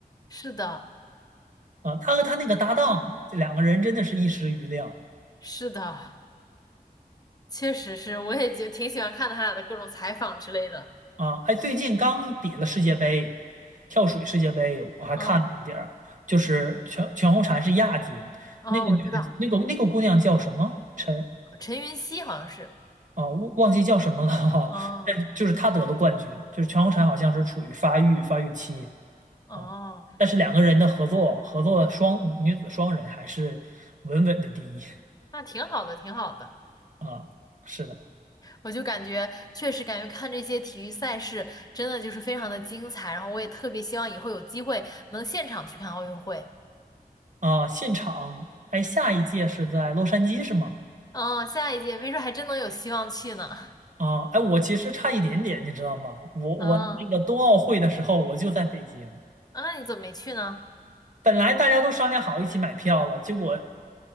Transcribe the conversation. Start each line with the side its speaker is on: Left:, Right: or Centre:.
Left: 是的，
Right: 啊。他和他那个搭档，这两个人真的是一时瑜亮
Left: 是的，确实是，我也就挺喜欢看他俩的各种采访之类的。
Right: 啊。哎，最近刚比了世界杯，跳水世界杯，我还看了一点儿，
Left: 嗯，
Right: 就是全全红婵是亚军，
Left: 哦，
Right: 那个女的，
Left: 我知道，
Right: 那个那个姑娘叫什么？陈
Left: 陈云汐好像是，
Right: 啊，忘忘记叫什么了哈、
Left: 嗯，
Right: <laughs> 但就是她得了冠军，就是全红婵好像是处于发育发育期。
Left: 哦，
Right: 啊，但是两个人的合作合作双女子双人还是稳稳的第一
Left: 那挺好的，挺好的。
Right: 啊，是的
Left: 我就感觉确实感觉看这些体育赛事真的就是非常的精彩，然后我也特别希望以后有机会能现场去看奥运会。
Right: 啊，现场哎，下一届是在洛杉矶是吗？
Left: 嗯，下一届没准还真能有希望去呢。
Right: 啊，哎，我其实差一点点，你知道吗？我我那个冬奥会的时候我就在北京，
Left: 嗯，啊，那你怎么没去呢？
Right: 本来大家都商量好一起买票了，结果